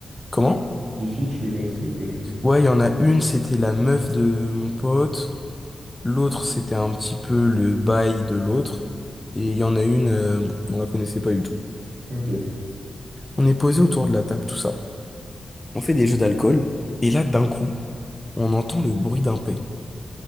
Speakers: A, on the left; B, on the right.
A: Comment?
B: Les filles, tu les connaissais ou pas du tout?
A: Ouais, il y en a une, c'était la meuf de mon pote, l'autre, c'était un petit peu le bail de l'autre, et il y en a une, euh, on la connaissait pas du tout.
B: Ok,
A: On est posé autour de la table, tout ça. on fait des jeux d'alcool, et là, d'un coup, on entend le bruit d'un pet,